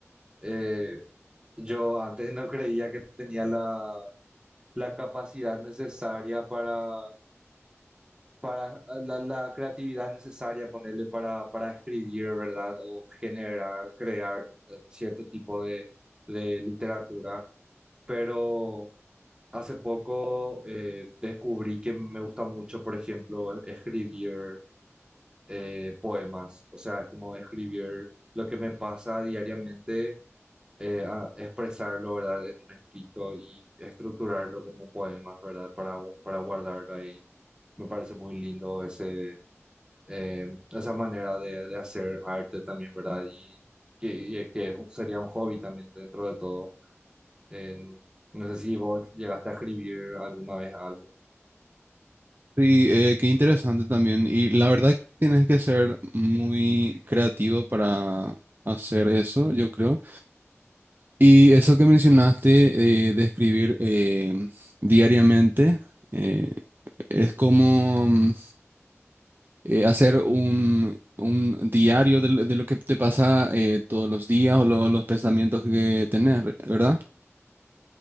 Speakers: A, on the right; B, on the right.
A: Eh, yo antes no creía que tenía la, la capacidad necesaria para, para ah, la, la creatividad necesaria, ponerle para, para escribir, ¿verdad?, o generar, crear eh, cierto tipo de, de literatura. Pero Hace poco eh, descubrí que me gusta mucho, por ejemplo, escribir eh, poemas. O sea, es como escribir lo que me pasa diariamente, eh, a expresarlo, ¿verdad? En un escrito y estructurarlo como poemas, ¿verdad? Para, para guardarlo ahí. Me parece muy lindo ese, eh, esa manera de, de hacer arte también, ¿verdad? Y que, y que es- sería un hobby también dentro de todo. En- no sé si vos llegaste a escribir alguna vez algo.
B: Sí, eh, qué interesante también. Y la verdad que tienes que ser muy creativo para hacer eso, yo creo. Y eso que mencionaste eh, de escribir eh, diariamente, eh, es como mm, eh, hacer un, un diario de, lo de lo que te pasa eh, todos los días o lo- los pensamientos que tenés, ¿verdad?